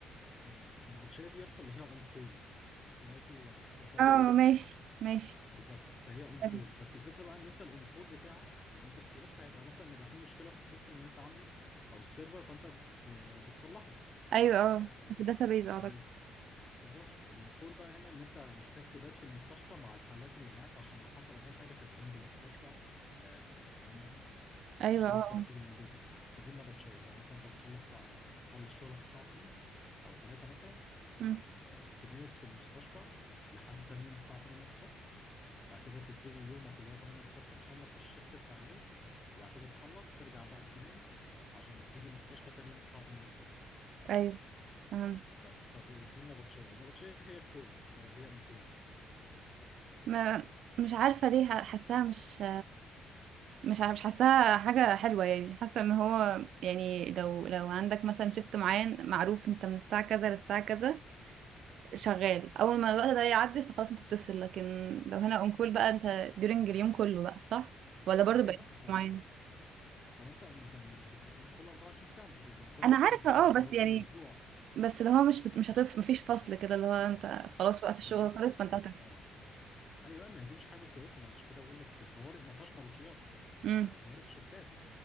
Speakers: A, on the left; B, on the right.
A: آه النبطشيه دي اصلا اللي هي اون كول سمعتي عن المصطلح ده قبل
B: اه
A: كده
B: ماشي ماشي
A: بالظبط فهي اون
B: حلو.
A: كول بس الفكره بقى ان انت الاون كول بتاعك لو انت في سي اس هيبقى مثلا يبقى في مشكله في السيستم اللي انت عامله او السيرفر فانت ب- بتصلحه
B: ايوه اه
A: آه
B: في الداتابيز اعتقد
A: ال- بالظبط الاون كول بقى هنا ان انت محتاج تبات في المستشفى مع الحالات اللي معاك عشان لو حصل اي حاجه تبقى جنب المستشفى آه فاهم
B: ايوه
A: مش
B: اه
A: لسه
B: آه.
A: هتيجي من بيتك بجد فدي النبطشيه اللي هو مثلا انت بتخلص ساعة بتخلص شغلك الساعه 2 او 3 مثلا
B: مم.
A: آه، تبات في المستشفى لحد تاني يوم الساعه 8 الصبح بعد كده تبتدي يومك اللي هو 8 الصبح تخلص الشيفت بتاع اليوم وبعد كده تخلص ترجع بقى تنام عشان تيجي المستشفى تاني يوم الساعه 8 الصبح
B: ايوه فهمت
A: بس فدي دي النبطشيه النبطشيه هي الكول آه، هي اون كول إنك تبقى on call.
B: ما مش عارفه ليه ح- حاساها مش مش عارف- مش حاساها حاجة حلوة يعني حاسة ان هو يعني لو لو عندك مثلا شيفت معين معروف انت من الساعة كذا للساعة كذا شغال اول ما الوقت ده يعدي فخلاص انت بتفصل لكن لو هنا اون كول بقى انت ديورنج اليوم كله بقى صح ولا برضو
A: ايوه
B: بقى
A: لا ما هو
B: معين
A: هو انت انت مش بتبقى اون كول 24 ساعه انت بتبقى اون كول
B: انا
A: مثلا
B: عارفة اه
A: ثلاث
B: بس
A: مرات
B: يعني
A: في الاسبوع
B: بس اللي هو مش بت... مش هتف مفيش فصل كده اللي هو انت خلاص وقت الشغل
A: بالظبط
B: خلاص فانت
A: بالظبط
B: هتفصل
A: اه ايوه لا، ما هي دي مش حاجه كويسه ما أنا عشان كده بقول لك الطوارئ ما فيهاش نبطشيات
B: امم
A: آه، طوارئ شيفتات